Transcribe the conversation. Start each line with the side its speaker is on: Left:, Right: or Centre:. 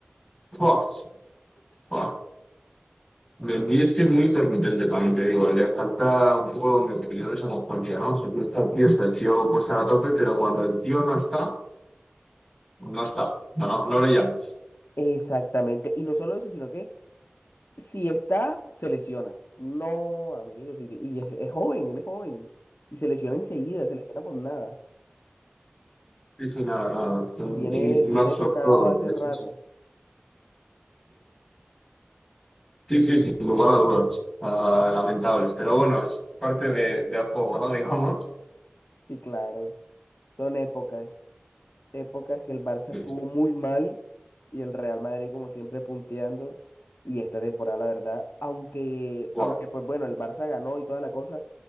Centre: Buah, buah. Mendy es que es muy intermitente, también te digo. Le falta un poco, en mi opinión, esa constancia, ¿no? O sea, tiene que estar el tío, está el tío puesto a la tope, pero cuando el tío no está, no está. No, no, no le llamas.
Left: Exactamente. Y no solo eso, sino que si está, se lesiona. No, amigos, y, y es, es joven, él es joven. Y se lesiona enseguida, se lesiona con nada.
Centre: Sí, sí, nada, nada. Es un,
Left: Viene,
Centre: un
Left: viene
Centre: absoluto
Left: tocado hace
Centre: desastre.
Left: rato.
Centre: Sí, sí, sin lugar a dudas. Ah, lamentable. Pero bueno, es parte de, del juego, ¿no? <laughs> Digamos.
Left: Sí, claro. Son épocas. épocas que el Barça
Centre: Pues,
Left: estuvo muy mal y el Real Madrid como siempre punteando. Y esta temporada, la verdad, aunque,
Centre: buah,
Left: aunque pues bueno, el Barça ganó y toda la cosa,